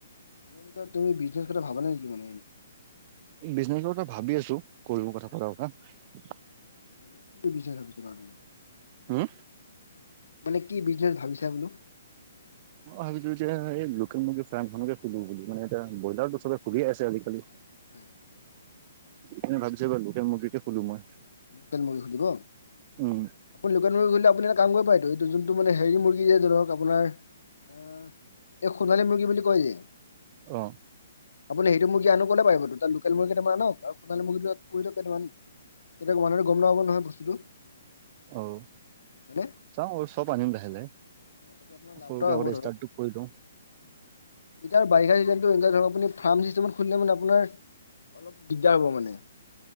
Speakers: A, on the left; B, on the right.
A: মান তুমি বিজনেছ কৰা ভাবা নেকি মান
B: বিজনেচৰ কথা ভাবি আছোঁ, কৰিব কথা পতা কথা।
A: <unintelligible>
B: হম?
A: মানে কি বিজনেচ ভাবিছা বোলোঁ?
B: মই ভাবিছো যে এই লোকেল মুৰ্গী ফাৰ্মখননেকে খলোঁ বুলি মানে, এতিয়া ব্ৰইলাৰতো চবে খুলিয়ে আছে আজিকালি,
A: উম,
B: <unintelligible> ভাবিছোঁ এইবাৰ লোকেল মূৰ্গীকে খোলোঁ মই।
A: লোকেল মুৰ্গী খুলিব?
B: উম,
A: আপুনি লোকেল মুৰ্গী খুলিলে আপুনি কাম কৰিব পাইটো, এইটো যোনটো মানে হেৰি মুৰ্গী যে ধৰক আপোনাৰ, অ, এই সোণালী মুৰ্গী বুলি কয় যে,
B: অহ,
A: আপুনি সেইটো মুৰ্গী আনো ক'লে পাৰিব তাত লোকেল মুৰ্গী কেইটামাননক সোণাল মুৰ্গীটো তাতো কেইটামান। তেতিয়া মানে গম নাপাব নহয়, বস্তুটো।
B: আহ,
A: হয়নে?
B: চাও অ চব আনিম লাহে লাহে।
A: তাকে আপোনাৰ লাভ
B: সৰুকে
A: এটা হব
B: আগতে
A: ধৰক
B: ষ্টাৰ্টটো কৰি লওঁ।
A: এতিয়া বাৰিষা ধৰ আপু খে মানে আপোনাৰ অলপ দিগদাৰ হ'ব মানে।